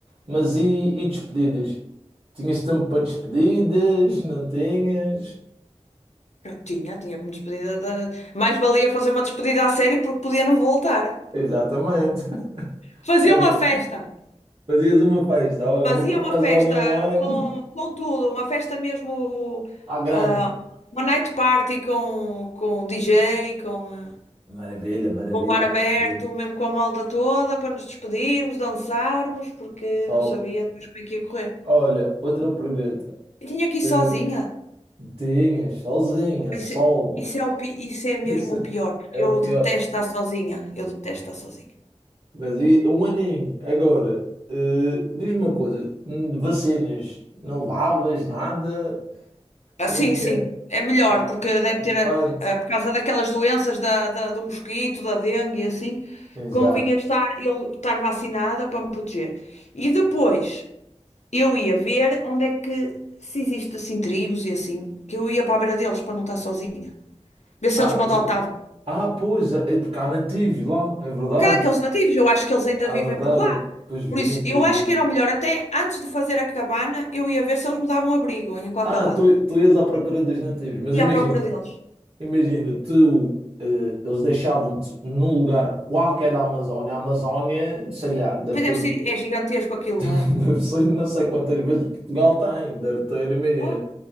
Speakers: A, on the right; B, on the left.
A: Mas e, e despedidas? Tinhas tempo para despedidas? Não tinhas?
B: Eu tinha, tinha como despedida. da- Mais valia fazer uma despedida a sério porque podia não voltar.
A: Exatamente. <laughs>
B: Fazia uma
A: Agora,
B: festa.
A: Fazias uma festa. Olha, eu
B: Fazia
A: vou para
B: uma
A: a Amazónia
B: festa
A: um ano.
B: com, com tudo, uma festa mesmo,
A: À grande.
B: ah, uma night party com, com DJ, com, ah,
A: Maravilha, maravilha,
B: com bar aberto,
A: maravilha.
B: mesmo com a malta toda, para nos despedirmos, dançarmos, porque
A: Top.
B: não sabia depois como é que ia correr.
A: Olha, outra pergunta.
B: Eu tinha que ir sozinha.
A: Eh, Tinhas sozinha,
B: Opa,
A: solo.
B: Isso, é, isso é o, pi- isso é mesmo
A: <laughs> Isso é
B: o pior, porque
A: é o
B: eu
A: pior.
B: detesto estar sozinha. Eu detesto estar sozinha.
A: Mas e- um aninho. Agora, eh, diz-me uma coisa: hum, vacinas, não levavas nada?
B: Ah,
A: Como
B: sim,
A: é que
B: sim,
A: era?
B: é melhor,
A: Tá,
B: porque deve ter, ah,
A: Pronto.
B: ah, por causa daquelas doenças da, da- do mosquito, da dengue e assim,
A: Exato.
B: convinha estar, eu estar vacinada para me proteger. E depois eu ia ver onde é que, se existe assim tribos e assim, que eu ia para a beira deles para não estar sozinha, ver se
A: Ah,
B: eles me adotavam.
A: se- ah, pois, é porque há nativos lá, é verdade.
B: Porque há aqueles nativos, eu acho que eles ainda
A: Ah, é verdade.
B: vivem por lá.
A: Pois vivem,
B: Por isso,
A: pois
B: eu
A: vivem.
B: acho que era o melhor, até antes de fazer a cabana, eu ia ver se eles me davam abrigo em qualquer
A: Ah,
B: lado.
A: tu, tu ias à procura dos nativos. Mas
B: Ia
A: imagina,
B: à procura deles.
A: imagina, tu, eh, eles deixavam-te num lugar qualquer da Amazónia. A Amazónia, sei lá, deve
B: Pois
A: ter,
B: deve ser, é gigantesco aquilo,
A: <laughs> deve
B: não é?
A: ser, não sei quantas vezes Portugal tem, deve ter, imagina.
B: Pô,